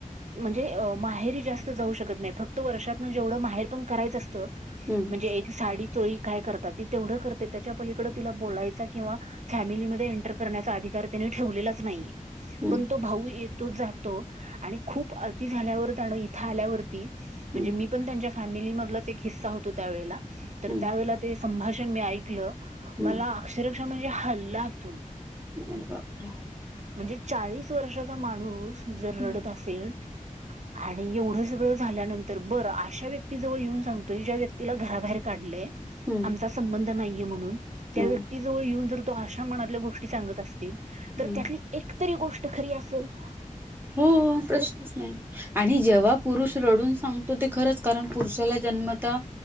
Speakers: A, on the right; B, on the right.
A: म्हणजे माहेरी जास्त जाऊ शकत नाही फक्त वर्षातन जेवढं माहेर पण करायचं असतं
B: हम्म
A: म्हणजे एक साडी चोरी काय करतात ती तेवढं करते त्याच्या पलीकड तिला बोलायचा किंवा फॅमिलीमध्ये एंटर करण्याचा अधिकार त्यानी ठेवलेलाच नाहीये.
B: हम्म
A: पण
B: हम्म
A: तो भाऊ ये तो जातो आणि खूप अती झाल्यावर त्यानं इथं आल्यावरती म्हणजे
B: हम्म
A: मी पण त्यांच्या फॅमिली मधलाच एक हिस्सा होतो त्यावेळेला तर
B: हम्म
A: त्यावेेळेला ते संभाषण मी ऐकलं
B: हम्म
A: मला अक्षर म्हणजे हलं आतून
B: अरे बापरे!
A: म्हणजे चाळीस वर्षाचा माणूस जर
B: हम्म
A: रडत असेल आणि एवढं सगळं झाल्यानंतर बरं अशा व्यक्तीजवळ येऊन सांगतोय ज्या व्यक्तीला घराबाहेर काढलंय
B: हम्म
A: आमचा संबंध नाही य म्हणून त्या
B: हम्म
A: व्यक्तीजवळ येऊन जर तो अशा मनातल्या गोष्टी सांगत असतील
B: हम्म
A: तर त्यातली एक तरी गोष्ट खरी असेल- ह <unintelligible>
B: हो प्रश्नच नाही, आणि जेव्हा पुरुष रडून सांग ते खरंच कारण पुरुषाला जन्मता